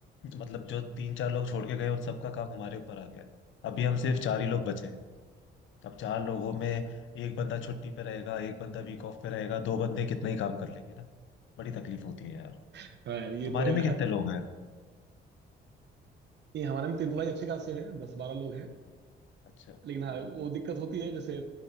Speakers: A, on the left (about 75°); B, on the right (about 60°).
A: मतलब जो तीन चार लोग
B: हाँ
A: छोड़ के गए उन सबका काम हमारे ऊपर आ गया है। अभी हम सिर्फ चार ही लोग बचे हैं अब चार लोगों में एक बंदा छुट्टी पे रहेगा एक बंदा वीक ऑफ पे रहेगा दो बंदे कितना ही काम कर लेंगे ना बड़ी तकलीफ होती है यार
B: हाँ यार ये
A: तुम्हारे
B: तो यार
A: में कितने लोग हैं
B: नहीं हमारे में तो इम्प्लॉय अच्छे खासे हैं दस बारह लोग हैं
A: अच्छा
B: लेकिन हाँ वो दिक्कत होती है जैसे